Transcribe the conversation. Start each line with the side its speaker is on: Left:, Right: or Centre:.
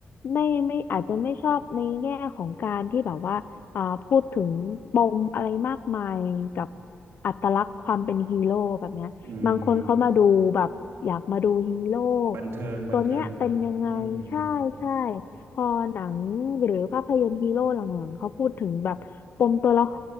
Left: ไม่ไม่อาจจะไม่ชอบในแง่ของการที่แบบว่าอ่าพูดถึงปมอะไรมากมายกับอัตลักษณ์ความเป็นฮีโร่แบบเนี้ยบางคนเขามาดูแบบอยากมาดูฮีโร่
Right: อืมบันเทิงบันเทิง
Left: ตัวเนี้ยเป็นยังไงใช่ใช่
Right: อืม
Left: พอหนังหรือภาพยนตร์ฮีโร่หลังๆเขาพูดถึงแบบปมตัวละค